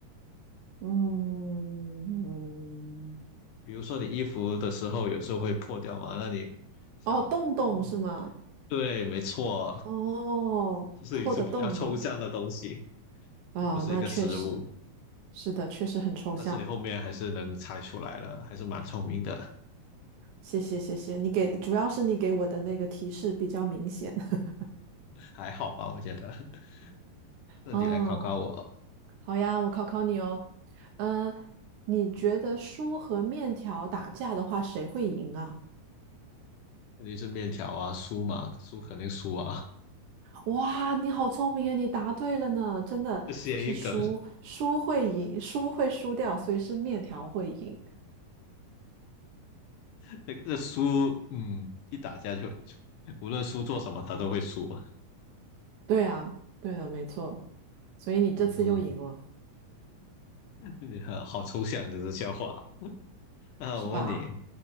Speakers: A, on the right; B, on the left.
A: 嗯，
B: 比如说你衣服的时候，有时候会破掉嘛，那你想，
A: 哦，洞洞是吗？
B: 嗯对，没错，
A: 哦，
B: 就是一次比较抽象的东西，
A: 破的洞洞啊，
B: 就不是一个实物。
A: 那确实是的，确实很抽象。
B: 但是你后面还是能猜出来了，还是蛮聪明的，
A: 谢谢谢谢，你给的主要是你给我的那个提示比较明显。<laughs>
B: 还好吧，我觉得。<laughs> 那你来考考我。
A: 哦，好呀，我考考你哦。嗯、你觉得书和面条打架的话，谁会赢啊？
B: 肯定是面条啊，酥嘛，酥肯定输啊，
A: 哇，你好聪明啊！你答对了呢，真的是输，
B: <laughs> 这谐音梗，
A: 输会赢，输会输掉，所以是面条会赢。
B: <laughs> 那个酥，嗯，一打架就就无论酥做什么，他都会输嘛。
A: 对啊，对的，没错。所以你这次又赢了，
B: 嗯，<laughs> 你好好抽象这是笑话。那我问你，
A: 是吧？